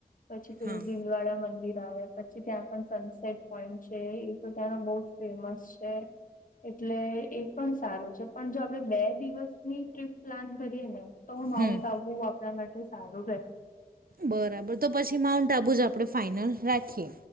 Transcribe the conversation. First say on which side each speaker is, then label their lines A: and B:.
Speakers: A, on the left; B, on the right.
A: પછી પેલું
B: હા
A: દિલવાડા મંદિર આવે, પછ પછી ત્યાં પણ સનસેટ પોઈન્ટ છે, એ તો ત્યાંનો બહું જ ફેમસ છે. એટલે એક પણ સારું છે, પણ જો આપડે બે દિવસ ની ટ્રીપ પ્લાન કરીએ ને તો માઉન્ટ
B: હમ
A: આબુ <unintelligible> માટે સારું રહે.
B: બરાબર. તો પછી માઉન્ટ આબુ જ આપણે ફાઈનલ રાખીએ.